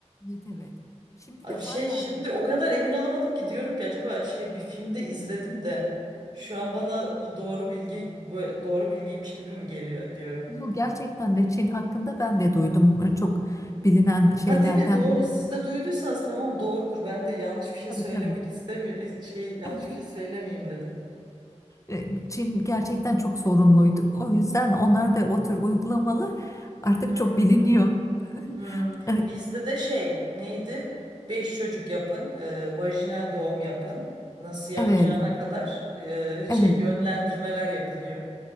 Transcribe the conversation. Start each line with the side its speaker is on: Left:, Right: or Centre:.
Left: Evet, evet. Şimdi
Right: Abi
Left: de hala
Right: şey şimdi o kadar emin olamadım ki diyorum ki acaba şey bir filmde izledim de şu an bana bu doğru bilgi bu doğru bilgiymiş gibi mi geliyor diyorum.
Left: Yok, gerçekten de Çin hakkında ben de duydum. E, Çok bilinen şeylerden
Right: Ha değil mi? Doğru.
Left: biri.
Right: Siz de duyduysanız tamam doğrudur. Ben de yanlış bir şey
Left: Tabii
Right: söylemek
Left: tabii.
Right: istemiyorum. Şey yanlış
Left: <laughs>
Right: bir şey söylemeyeyim dedim.
Left: E, Çin gerçekten çok sorunluydu. O yüzden onlar da o tür uygulamalar artık
Right: Hı
Left: çok
Right: hı.
Left: biliniyor. <laughs>
Right: Hmm.
Left: E,
Right: Bizde de şey neydi? Beş çocuk yapın. e, vajinal doğum yapın. Nasıl yapacağına
Left: Evet,
Right: kadar e,
Left: evet.
Right: şey yönlendirmeler yapılıyor.